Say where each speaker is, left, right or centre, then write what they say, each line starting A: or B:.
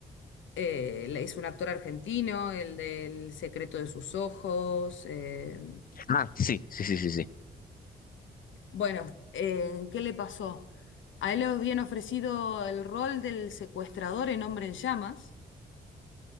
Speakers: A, on the left (about 70°); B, on the left (about 45°).
A: eh, la- es un actor argentino, el del secreto de sus ojos. eh,
B: Ah, sí, sí, sí, sí, sí.
A: Bueno, eh, ¿qué le pasó? A él le habían ofrecido el rol del secuestrador en Hombre en Llamas.